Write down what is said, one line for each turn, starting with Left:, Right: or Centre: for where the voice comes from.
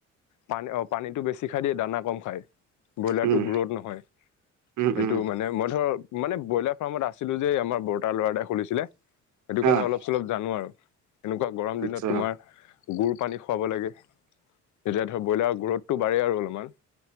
Left: পানী অ' পানীটো বেছি খাই দিয়ে দানা কম খায়, ব্ৰইলাৰটো
Right: উম
Left: গ্ৰ'থ নহয়।
Right: উম
Left: সেইটো
Right: উম
Left: মানে মই ধৰ, মানে ব্ৰইলাৰ ফাৰ্মত আছিলোঁ যে আমাৰ বৰ তাৰ ল'ৰা এটাই খুলিছিলে, সেইটো কাৰণে
Right: অ'
Left: অলপ চলপ জানো আৰু, এনেকুৱা গৰম
Right: আচ্ছা
Left: দিনত তোমাৰ গুৰ পানী খুৱাব লাগে, তেতিয়া ধৰ ব্ৰইলাৰৰ গ্ৰ'থটো বাঢ়ে আৰু অলপমান।